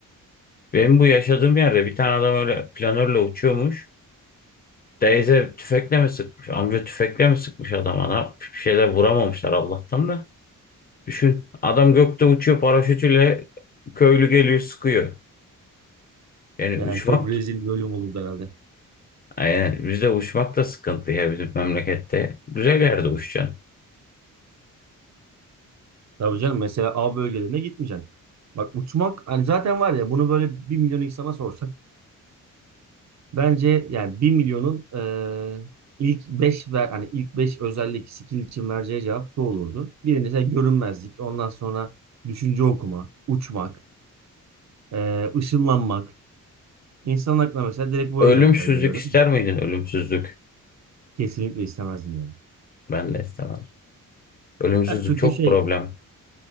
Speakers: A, on the left (about 30°); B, on the right (about 55°).
A: Benim bu yaşadığım yerde bir tane adam öyle planörle uçuyormuş. Teyze tüfekle mi sıkmış? Amca tüfekle mi sıkmış adama? Ne yapmış? Bir şeyler vuramamışlar Allah'tan da. Düşün adam gökte uçuyor paraşütüyle köylü geliyor sıkıyor. Yani
B: Yani
A: uçmak
B: çok rezil bir bölüm olurdu herhalde.
A: yani bizde uçmak da sıkıntı ya bizim memlekette. Güzel yerde uçacaksın.
B: Tabii canım mesela A bölgelerine gitmeyeceksin. Bak uçmak hani zaten var ya bunu böyle bir milyon insana sorsak bence yani bir milyonun eee, ilk 5 ver hani ilk 5 özellik skill için vereceği cevap şu olurdu. Birincisi görünmezlik, ondan sonra düşünce okuma, uçmak, eee, ışınlanmak, İnsanın aklına mesela direkt bu
A: Ölümsüzlük
B: özellikler geliyor
A: ister
B: değil mi?
A: miydin ölümsüzlük?
B: Kesinlikle istemezdim yani.
A: Ben de istemezdim. Ölümsüzlük
B: Ya çünkü
A: çok
B: şey
A: problem.